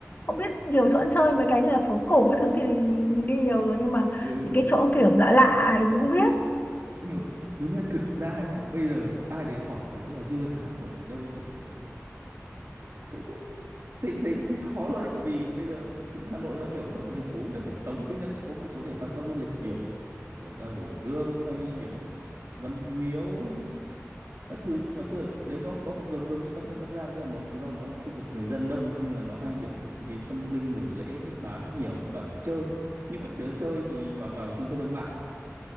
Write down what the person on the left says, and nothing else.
không biết nhiều chỗ ăn chơi mấy cái như là phố cổ các thứ thì mình đi nhiều rồi nhưng mà
những cái chỗ kiểu lạ lạ thì mình không biết